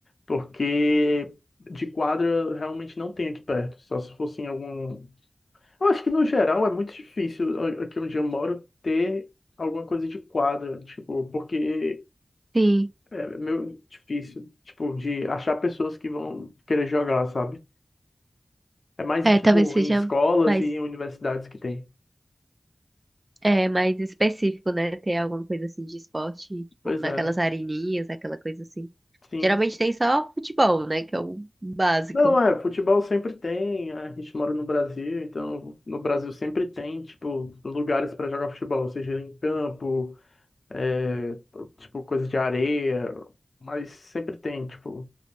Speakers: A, on the left; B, on the right.
A: Porque de quadra eu realmente não tem aqui perto. Só se fosse em algum. Eu acho que no geral é muito difícil a- aqui onde eu moro ter alguma coisa de quadra, tipo, porque
B: Sim.
A: é meio difícil, tipo, de achar pessoas que vão querer jogar, sabe? É mais
B: É,
A: tipo
B: talvez seja
A: em escolas
B: mais,
A: e em universidades que tem.
B: é, mais específico, né? Ter alguma coisa assim de esporte, tipo,
A: Pois
B: naquelas
A: é,
B: areninhas, aquela coisa assim.
A: sim.
B: Geralmente tem só futebol, né? Que é o básico.
A: Não, é, futebol sempre tem, é, a gente mora no Brasil, então no Brasil sempre tem, tipo, lugares para jogar futebol, seja em campo é, tipo, coisa de areia, mas sempre tem, tipo,